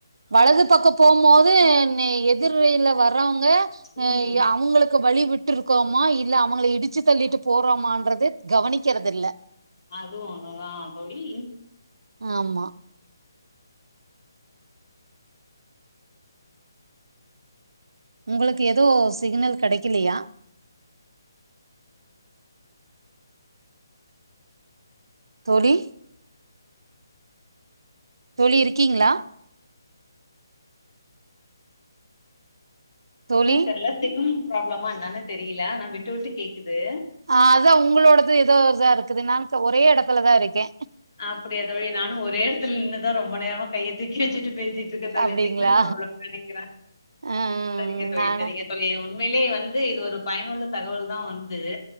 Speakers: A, on the right; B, on the left.
A: வலது பக்கோ போம்மோது நெ எ திர் வெயில வர்றவுங்க அ
B: ம்.
A: எ அவுங்களுக்கு வழிவிட்டுருக்கோமா இல்ல அவங்க இடி ச்சி தள்ளிட்டு போறோமான்றதே கவனிக்கறது இல்ல
B: அது ஒன்னுதா தோழி
A: ஆமா உங்களுக்கு எதோ சிக்னல் கடைக்கலியா தோழி தோழி இருக்கீங்களா தோழி
B: ஏ தெரியல சிக்னல் ப்ராப்ளமா என்னன்னு தெரியல நா விட்டு விட்டு கேட்குது
A: ஆ அதா உங்களோடது ஏதோ இதா இருக்குது நான ஒரே இடத்துலதா இருக்கே
B: அப்டியா தோழி நானு ஒரே இடத்துல நின்னு தா ரொம்ப நேரம் கைய திக்கி வச்சுட்டு பேசி இருக்கதோ
A: அப்டிங்களா
B: சிக்னல் ப்ராப்ளம் ப நினைக்கிறே
A: ம்
B: சரிங்க தோழி
A: நானு
B: சரிங்க தோழி உண்மையிலயே வந்து இது ஒரு பயனுள்ள தகவல் தா வந்து